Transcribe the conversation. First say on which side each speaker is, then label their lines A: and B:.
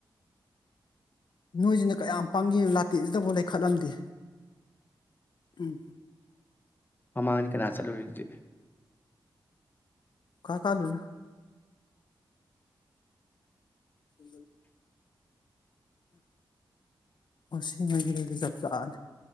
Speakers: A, on the left; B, on the left.
A: ꯅꯣꯏꯁꯤꯅ ꯀꯌꯥꯝ ꯄꯥꯡꯒꯦ ꯂꯥꯇꯦꯁꯤꯗꯕꯥꯎ ꯂꯩꯈꯠꯂꯝꯗꯦ ꯎꯝ
B: ꯃꯃꯥꯡꯗꯤ ꯀꯅꯥ ꯆꯠꯂꯨꯔꯦ ꯑꯗꯨꯗꯤ
A: ꯀꯥ ꯀꯥꯂꯨꯅ ꯎ ꯑꯣ ꯁꯤ ꯃꯣꯏꯁꯤꯒꯗꯤ ꯆꯞ ꯆꯥꯔꯅꯤ